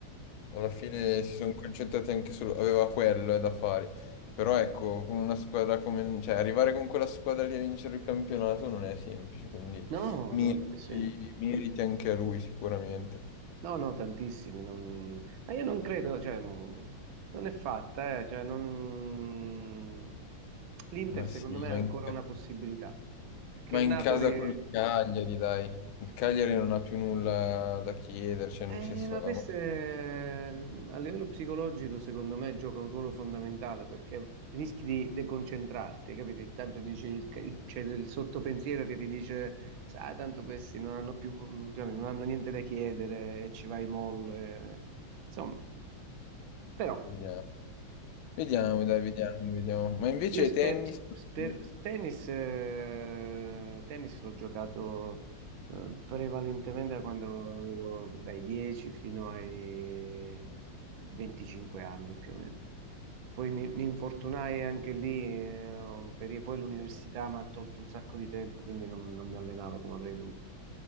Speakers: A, on the left (about 85°); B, on the right (about 80°).
A: Alla fine si sono concentrati anche su... aveva quello eh, da fare. Però ecco, con una squadra come... cioè, arrivare con quella squadra lì a vincere il campionato non è semplice, quindi
B: no,
A: meriti,
B: no, non è semplice.
A: meriti anche a lui sicuramente.
B: No, no, tantissimi, non- ma io non credo, cioè, non, non è fatta, eh, cioè, non- l'Inter
A: Ma
B: secondo
A: sì,
B: me
A: ma
B: ha ancora
A: in,
B: una possibilità, perché
A: ma
B: il
A: in
B: Napoli,
A: casa col Cagliari, dai. Il Cagliari non ha più nulla da chiedere, cioè,
B: eh,
A: nel senso,
B: ma
A: ormai...
B: questo è- a livello psicologico secondo me gioca un ruolo fondamentale, perché rischi di deconcentrarti, capito? Tanto dici, il- il- c'è il sottopensiero che ti dice, sai, tanto questi non hanno più, diciamo, non hanno niente da chiedere e ci vai molle, insomma, però...
A: Vediamo, vediamo, dai, vediamo, vediamo. Ma invece
B: Io sper,
A: tennis...
B: sper-
A: sì.
B: tennis, eh, tennis l'ho giocato eh, prevalentemente da quando avevo dai 10 fino ai 25 anni più o meno. Poi mi, mi infortunai anche lì, eh, un peri- poi l'università mi ha tolto un sacco di tempo, quindi non, non mi allenavo come avrei dovuto.